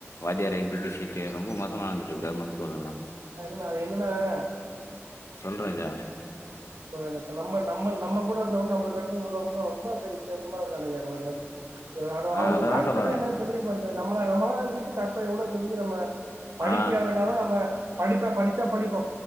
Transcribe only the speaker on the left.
வாத்தியாரே இப்டி பேசிட்டு ரொம்ப மோசமாருந்துட்ருக் கவர்மெண்ட் ஸ்கூலல்லா
சொல் ராஜா.
ஆ
அததான்
சொல்ல வரேன்.
ஆ